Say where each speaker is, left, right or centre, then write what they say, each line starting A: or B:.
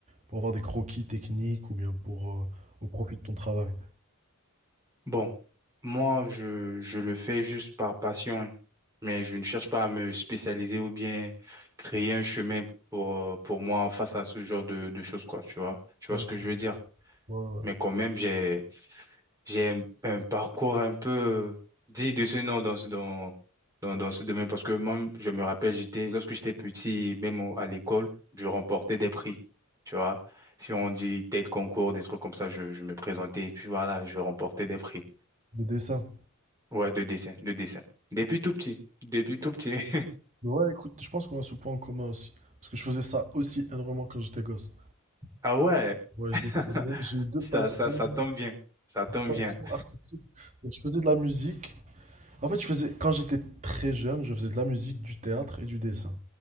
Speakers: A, on the right; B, on the right.
A: pour avoir des croquis techniques ou bien pour, euh, au profit de ton travail?
B: Bon, moi, je, je le fais juste par passion, hein. mais je ne cherche pas à me spécialiser ou bien créer un chemin pour, euh, pour moi face à ce genre de, de choses, quoi, tu vois. Tu vois
A: Ok.
B: ce que je veux dire?
A: Ouais, ouais.
B: Mais quand même, j'ai, j'ai un, un parcours un peu dit de ce nom dans, ce- dans, dans, dans ce domaine parce que moi, je me rappelle, j'étais, lorsque j'étais petit, même au- à l'école, je remportais des prix, tu vois. Si on dit tel concours, des trucs comme ça, je, je me présentais et puis voilà, je remportais des prix.
A: De dessin.
B: Ouais, de dessin, de dessin. Depuis tout petit, depuis tout petit. <laughs>
A: Ouais, écoute, je pense qu'on a ce point en commun aussi. Parce que je faisais ça aussi énormément quand j'étais gosse.
B: Ah ouais,
A: Ouais,
B: <laughs>
A: je dessinais, j'ai eu deux
B: ça,
A: passions,
B: ça,
A: une
B: ça tombe bien, ça tombe
A: passion
B: bien.
A: artistique. Donc, je faisais de la musique. En fait, je faisais, quand j'étais très jeune, je faisais de la musique, du théâtre et du dessin.